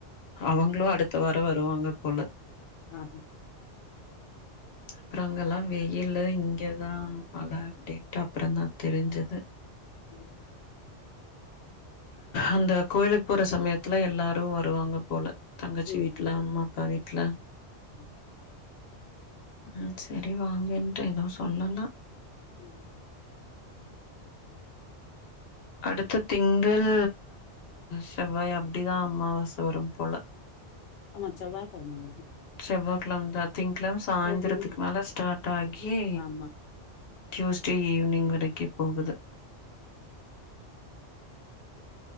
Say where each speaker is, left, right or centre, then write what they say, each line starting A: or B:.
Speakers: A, on the left; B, on the left.
A: அவங்களு அடுத்த வார வருவாங்க போல
B: ஆ
A: அப்ற அங்கல்லா வெயிலு இங் இங்கதா மழ அப்டின்ட்டு அப்றந்தா தெரிஞ்சது
B: ம்
A: அந்த கோயிலுக்கு போற சமயத்துல எல்லாரு வருவாங்க போல தங்கச்சி
B: ம்
A: வீட்ல அம்மா அப்பா வீட்ல
B: ம்
A: ம் சரி வாங்கன்ட்ட எதுவு சொல்லல
B: ம்
A: அடுத்த திங்கள் செவ்வாய் அப்டிதா அம்மாவாச வரும் போல
B: ஆமா செவ்வாகெழம வருது
A: செவ்வாகெழமதா திங்க்கெழம சாயந்திரத்துக்கு
B: ஃபோர்டீன்த்துதா
A: மேல ஸ்டார்ட் ஆகி
B: ஆமா
A: டியூஸ்டே ஈவினிங் வரைக்கு போகுது